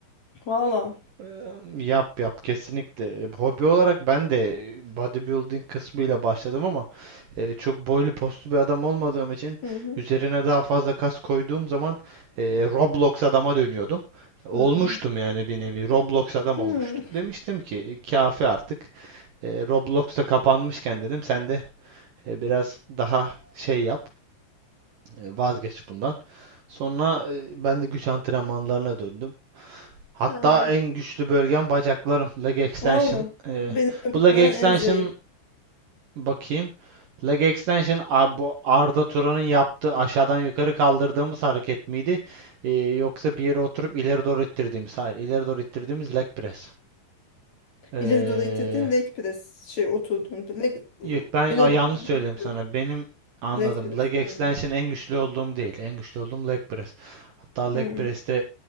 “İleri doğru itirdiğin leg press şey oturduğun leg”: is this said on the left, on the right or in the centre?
Left